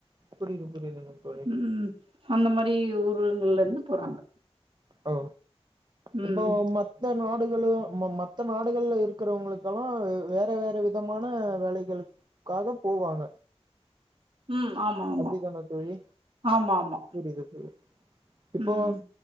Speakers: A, on the right (about 40°); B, on the right (about 55°).
A: புரியுது புரியுதுங்க தோழி
B: ம் ம் அந்த மாரி ஊருங்கள்ல இருந்து போறாங்க
A: ஓ
B: ம்.
A: இப்போ மத் மத்த நாடுகளும் ம மத்த நாடுகள்ல இருக்கிறவங்களுக்கெல்லா வே வேற வேற விதமான வேலைகளுக் க்காக போவாங்க
B: ம் ஆமா ஆமா.
A: அப்டிதானா தோழி
B: ஆமா, ஆமா.
A: புரியுது போ இப்போ
B: ம்.